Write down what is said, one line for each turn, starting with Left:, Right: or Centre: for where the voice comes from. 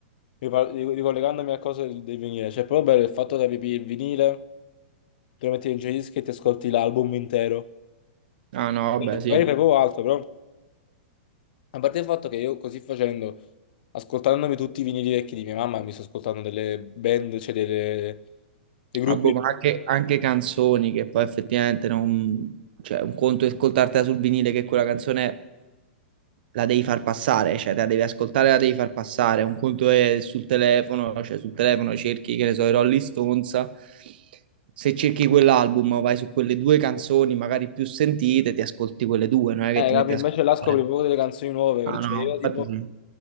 Left: ripar- ricollegandomi a cose del del vinile. Cioè, proprio per il fatto che capì, il vinile... te lo metti in giradischi e ti ascolti l'album intero.
Right: Ah no,
Left: Magari
Right: vabbè, sì.
Left: fai proprio altro, però a parte il fatto che io così facendo, ascoltandomi tutti i vinili vecchi di mia mamma, mi sto ascoltando delle band, cioè delle, dei gruppi.
Right: Ah, boh, ma anche, anche canzoni che poi effettivamente non... Cioè, un conto è ascoltartela sul vinile che quella canzone la devi far passare, cioè te la devi ascoltare, la devi far passare. Un conto è sul telefono, cioè sul telefono cerchi, che ne so, i Rolling Stones. Se cerchi quell'album, vai su quelle due canzoni magari più sentite, ti ascolti quelle due, non è
Left: Eh,
Right: che ti
Left: capi?
Right: metti
Left: Invece
Right: a ascoltare.
Left: là scopri proprio delle canzoni nuove,
Right: Ah no,
Left: cioè io
Right: infatti
Left: tipo,
Right: sì.